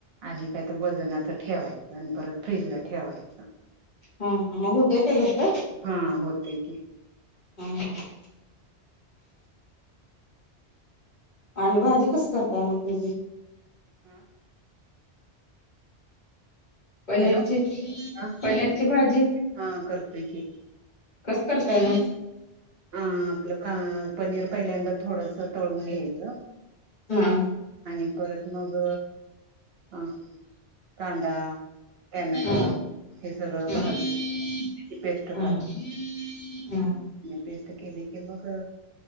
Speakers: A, on the right (about 70°); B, on the left (about 45°).
A: आणि काय तर वजनाच ठेवायचं, आणि परत फ्रीजला ठेवायचं.
B: हा हा मग होतय ते घ
A: हा होते की.
B: हम् ह. आणि भाजी कस करताय मग तझी
A: हम.
B: पनीरची
A: हॅलो हा
B: पनीरची भाजी
A: हा करतोय की
B: कसं करताय म.
A: अ आपलं का पनीर पहिल्यांदा थोडस तळून घ्यायच.
B: हा
A: आणि परत मग ह कांदा, टमॅटो,
B: हा
A: हे सगळं
B: हा
A: भाजून त्याची
B: हा
A: पेस्ट
B: ह ह.
A: टेस्ट केली की मग